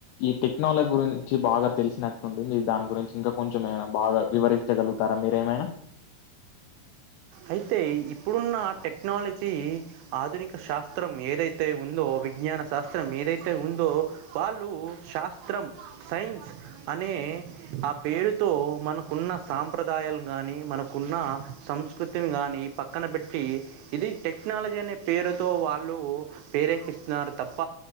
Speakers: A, on the left; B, on the right.
A: ఈ టెక్నాలజీ గురించి బాగా తెలిసినట్టుంటుంది దాని గురించి ఇంకా కొంచెం ఏమనా బాగా వివరించగలుగుతా రా మీరేమైనా
B: అయితే ఇప్పుడున్న టెక్నాలజీ ఆధునిక శాస్త్రం ఏదైతే ఉందో విజ్ఞాన శాస్త్రం ఏదైతే ఉందో వాళ్ళు శాస్త్రం సైన్స్ అనే ఆ పేరుతో మనకున్న సాంప్రదాయాలు కానీ మనకున్న సంస్కృతి గాని పక్కన పెట్టి ఇది టెక్నాలజీ అనే పేరుతో వాళ్ళు ప్రేరేపిస్తున్నారు తప్ప